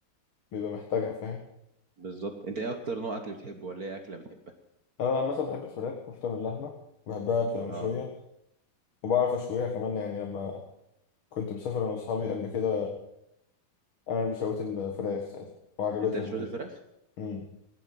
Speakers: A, on the left; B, on the right.
A: بيبقى محتاجها فاهم
B: بالظبط انت ايه اكتر نوع اكل بتحبه ولا ايه اكله بتحبها
A: انا عامة بحب الفراخ اكتر من اللحمة بحبها بتبقى مشوية
B: اه
A: وبعرف اشويها كمان يعني لما كنت مسافر انا واصحابي قبل كده انا اللي شويت الفراخ ساعتها وعجبتهم
B: انت اللي شويه
A: وكده
B: الفراخ
A: امم